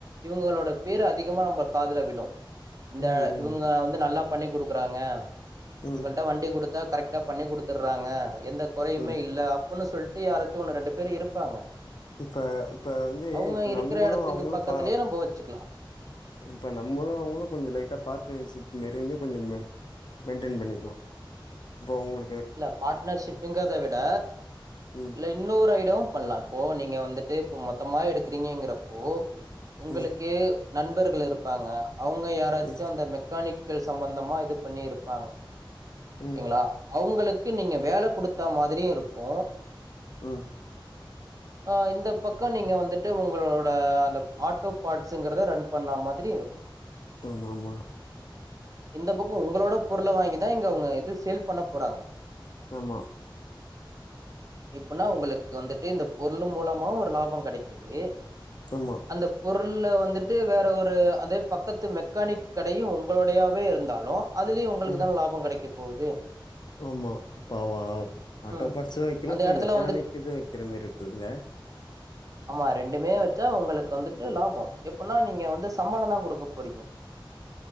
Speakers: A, on the right; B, on the left.
A: இவுங்களோட பேரு அதிகமா நம்ப காதுல விழு இந்த
B: ம் ம்
A: இவுங்க வந்து நல்லா பண்ணி குடுக்குறாங்க
B: ம்
A: இவுங்கள்ட வண்டி குடு த்தா கரெக்டா பண்ணி குடுத்துர்றாங்க எந்த கொறையுமே
B: ம்
A: இல்லா ஒன்னு சொல் டீ யாராத்துஒண்ணு ரெண்டு பேர் இருப்பாங்க
B: இப்ப இப்ப வந்து
A: அவங்க
B: இப்ப
A: இருக்கிற
B: நம்மளு
A: இடத்துக்கு
B: அவங்களு
A: பக்கத்துலயே
B: பா
A: நம்ம வச்சுக்கலா
B: இப்போ நம்மளு அவங்களு கொஞ்சோ லைட்டா பாட்னர்ஷிப் மாரி வந்து கொஞ்சோ மெயின்டேன் பண்ணிக்கலா இப்போ அவங்களு
A: இல்ல பாட்னர்ஷிப்புங்ரத விட
B: ம்
A: இல்ல இன்னொரைடு பண்லா இப்போ நீங்க வந்துட்டு இப்ப மொ த்தமா எடுக்குறீங்கங்கிறப்போ உங்களுக்கு
B: ம்
A: நண்பர்கள் இருப்பாங்க அவங்க யாராச்சு
B: ம்
A: அந்த மெக்கானிக் கள் சம்மந்தமா இது பண்ணி இருப்பாங்க
B: ம்
A: கேங்களா அவங்களுக்கு நீங்க வேல குடுத்த மாதிரியு இருக்கு
B: உ
A: ஆ இந்த பக்கோ நீங்க வந்துட்டு உங்களோட அந்த ஆட்டோ பாட்ஸுங்கிறத ரன் பண்ண மாத்ரியு இருக்கு
B: ஆமாமா
A: இந்த பக்கோ உங்களோட பொருள வாங்கிதா இங்க அவங்க இது சேல் பண்ண போறாங்க
B: ஆமா
A: இப்பனா உங்களுக்கு வந்துட்டு இந்த பொருள் மூலமாவு ஒரு லாபோ கெடைக்குது
B: ஆமா
A: அந்த பொரு பொருள்ள வந்துட்டு வேற ஒரு அதே பக்கத்து மெக்கானிக் கடையு உங்களுடையாவே இருந்தாலு அதுலயு உங்களுக்கு
B: ம்
A: தான லாபோ கெடைக்கு போது
B: ஆமா இப்ப ஆட்டோ
A: ம்.
B: பாட்ஸு வக்கணு
A: அந்த
B: இப்ப
A: எடத்துல
B: மெக்கானிக்
A: வந்துட்டு
B: இதுவு வக்கிற மாரி இருக்குதுல
A: ஆமா ரெண்டுமே வச்சா உங்களுக்கு வந்துட்டு லாபோ எப்பினா நீங்க வந்து சம்பளோ தா குடுக்க போறீங்க